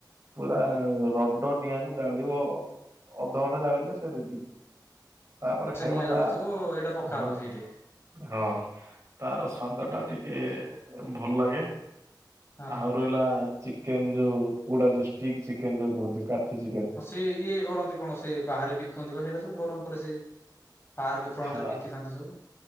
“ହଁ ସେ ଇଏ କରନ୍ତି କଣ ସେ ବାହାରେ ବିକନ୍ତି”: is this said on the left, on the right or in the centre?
Left